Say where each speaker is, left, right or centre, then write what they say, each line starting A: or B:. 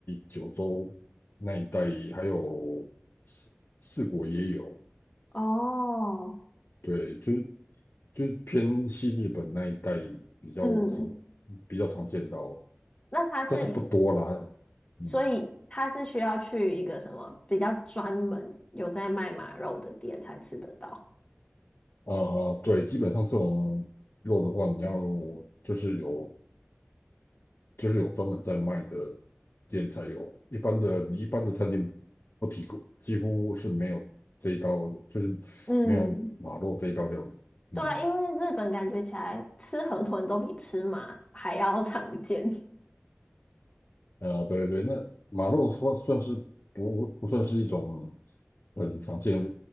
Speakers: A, on the left; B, on the left.
A: 九州那一带，还有四四国也有，
B: 哦，
A: 对，就是就是偏西日本那一带比较常
B: 嗯，
A: 比较常见到，
B: 那它是一
A: 但是不多啦。嗯
B: 所以它是需要去一个什么比较专门有在卖马肉的店才吃得到。
A: 啊，对，基本上这种肉的话，你要就是有就是有专门在卖的店才有，一般的你一般的餐厅不提供，几乎是没有这一道，就是没有马肉这一道料理。
B: 嗯，
A: 嗯，
B: 对啊，因为日本感觉起来吃河豚都比吃马还要常见。
A: 呃，对对，那马肉算算是不不算是一种很常见，